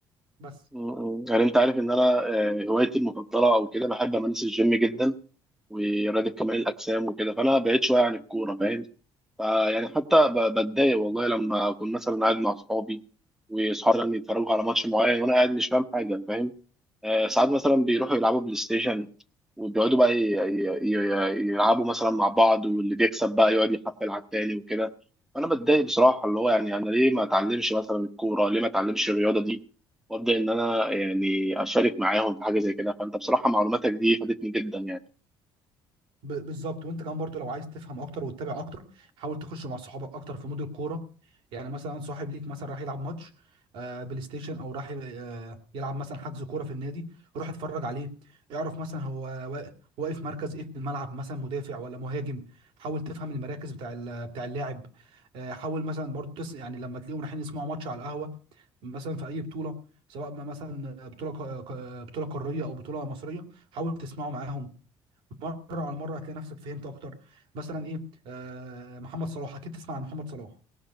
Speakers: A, on the right; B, in the centre.
A: بس
B: ايوه مم. يعني انت عارف ان انا آه، هوايتي المفضله او كده بحب امارس الجيم جدا ورياضه كمال الاجسام وكده فانا بعيد شويه عن الكوره فاهم فيعني حتى ب- بتضايق والله لما اكون مثلا قاعد مع اصحابي واصحابي مثلا يتفرجوا على ماتش معين وانا قاعد مش فاهم حاجه فاهم آه، ساعات مثلا بيروحوا يلعبوا بلاي ستيشن وبيقعدوا بقى ي- ي- ي- يلعبوا مثلا مع بعض واللي بيكسب بقى يقعد يحفل على التاني وكده وانا بتضايق بصراحه اللي هو يعني انا ليه ما اتعلمش مثلا الكوره ليه ما اتعلمش الرياضه دي وابدا ان انا يعني اشارك معاهم في حاجه زي كده فانت بصراحه معلوماتك دي فادتني جدا يعني
A: ب- بالظبط وانت كمان برضو لو عايز تفهم اكتر وتتابع اكتر حاول تخش مع صحابك اكتر في مود الكوره يعني مثلا صاحب ليك مثلا راح يلعب ماتش آه، بلاي ستيشن او راح ي- آه، يلعب مثلا حجز كوره في النادي روح اتفرج عليه اعرف مثلا هو وا- واقف مركز ايه في الملعب مثلا مدافع ولا مهاجم حاول تفهم المراكز بتاع ال- بتاع اللاعب آه، حاول مثلا برضو تس يعني لما تلاقيهم رايحين يسمعوا ماتش على القهوه مثلا في اي بطوله سواء ما مثلا بطوله ق- ق- بطوله قاريه او بطوله مصريه حاول تسمعوا معاهم مره على مره هتلاقي نفسك فهمت اكتر مثلا ايه آه محمد صلاح اكيد تسمع عن محمد صلاح